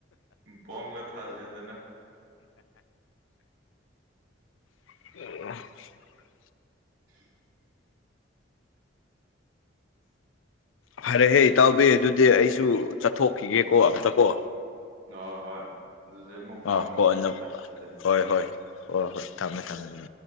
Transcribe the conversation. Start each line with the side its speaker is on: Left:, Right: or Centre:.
Right: ꯑꯣꯝꯒ ꯊꯥꯖꯗꯅ
Left: <unintelligible>
Right: <unintelligible>
Left: ꯐꯔꯦꯍꯦ ꯏꯇꯥꯎꯕꯤ ꯑꯗꯨꯗꯤ ꯑꯩꯁꯨ ꯆꯠꯊꯣꯛꯈꯤꯒꯦꯀꯣ ꯑꯝꯇꯀꯣ
Right: ꯑ ꯍꯣꯏ ꯑꯗꯨꯗꯤ ꯑꯃꯨꯛ ꯐꯥꯎꯅꯁꯦ
Left: ꯑꯥ ꯀꯣꯟꯅ
Right: ꯚꯥꯏ ꯑꯗꯨꯗꯤ
Left: ꯍꯣꯏ ꯍꯣꯏ ꯍꯣꯏ ꯍꯣꯏ ꯊꯝꯃꯦ ꯊꯝꯃꯦ ꯑꯗꯨ